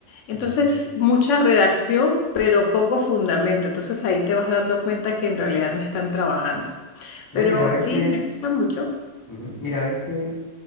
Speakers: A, on the left (about 75°); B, on the left (about 20°).
A: Entonces,
B: Ujú.
A: mucha redacción, pero poco fundamento. Entonces ahí te vas dando cuenta que en realidad no están trabajando.
B: No,
A: Pero
B: y mira, ve
A: sí,
B: que,
A: me gusta mucho.
B: ujú, mira, ve que